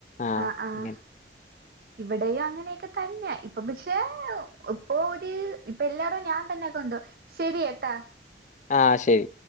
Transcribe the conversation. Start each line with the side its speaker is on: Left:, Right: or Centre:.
Left: ആഹങ്ങെ?
Right: ആഹ് ആഹ് ഇവിടെയും അങ്ങനെയൊക്കെ! തന്നെ! ഇപ്പൊ പക്ഷേ ഇപ്പൊ ഒരു ഇപ്പൊ എല്ലായിടും ഞാൻ തന്നെ കൊണ്ടോ ശെരി ട്ടാ!
Left: ആഹ്! ശരി!